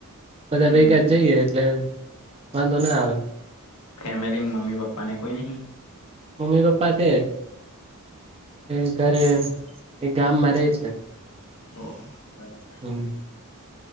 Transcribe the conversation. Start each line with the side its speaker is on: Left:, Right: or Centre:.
Right: બધા
Left: હમ
Right: ભેગાજ જઈએ એટલે વાંધો ના આવે.
Left: ફેમિલી મા મમ્મી પાપાને કોઈ નહીં?
Right: મમ્મી પપ્પા છે એ ઘરે એક ગામમાં રયે છે.
Left: ઓહ બરાબર
Right: હમ